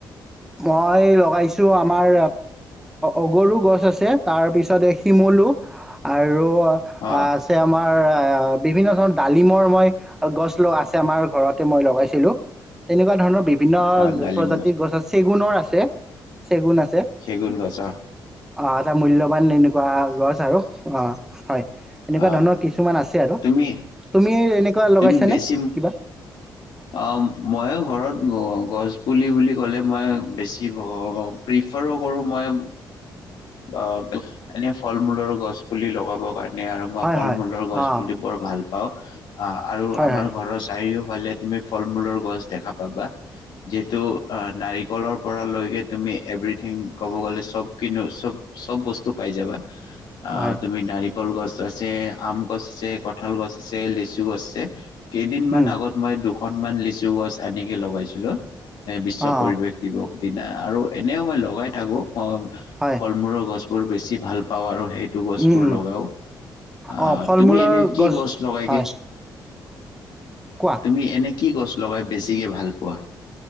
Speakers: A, in the centre; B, on the left (about 75°).
A: মই লগাইছোঁ আমাৰ অগৰু গছ আছে তাৰপিছত শিমলু আৰু
B: অ
A: আছে আমাৰ বিভিন্ন ধৰণৰ ডালিমৰ মই গছ আছে আমাৰ ঘৰতে মই লগাইছিলো তেনেকুৱা ধৰণৰ বিভিন্ন
B: অ ডালিম
A: প্ৰজাতিৰ গছ আছে চেগুণ আছে চেগুণ আছে
B: চেগুন গছ
A: অ আ ত মূল্যক এনেকুৱা গছ আৰু অ হয় এনেকুৱা
B: অ
A: ধৰণৰ কিছুমান আছে আৰু
B: তুমি
A: তুমি লগাইছ
B: তুমি বেছি
A: নে কিবা?
B: অ মইও ঘৰত গছ পুলি বুলি ক'লে মই বেছি প্ৰিফাৰো কৰোঁ মই বা এনে ফল মূলৰ গছ পুলি লগাব কাৰণে এনে আৰু মই
A: হয়
B: ফল
A: হয়
B: মূলৰ গছ
A: অ
B: বুলি বৰ ভাল পাওঁ‌। অ অ আৰু
A: হয়
B: আমাৰ
A: হয়
B: ঘৰৰ চাৰিওফালে তুমি ফল মূলৰ গছ দেখা পাবা যে টো অ নাৰিকলৰ তুমি এভৰিথিং কব গলে চব খিনি চব চব বস্তু পাই যাবা অ
A: হয়
B: তুমি নাৰী কল গছ আছে আম গছ আছে কঁঠাল গছ লিচু আছে কেইদিন মান
A: উম
B: আগত মই দুখন মান লিচু ডুৱাৰ্ছ আনিকে লগাইছিলো। এ বিশ্ব
A: অ
B: পৰিৱেশ দিৱস সেইদিনা আৰু এনেও মই লগাই থাকো মই আহ
A: হয়
B: ফল-মূলৰ গছ বৰ বেছি ভাল পাওঁ আৰু হে এইটো গছ
A: উম
B: বোৰ
A: উম
B: লগাও আহ
A: অ ফল
B: তুমি
A: মূলৰ
B: এনে কি গছ লগাইগে।
A: হয় কোৱা
B: তুমি এনেক কি গছ লগাই বেছিকে ভাল পোৱা।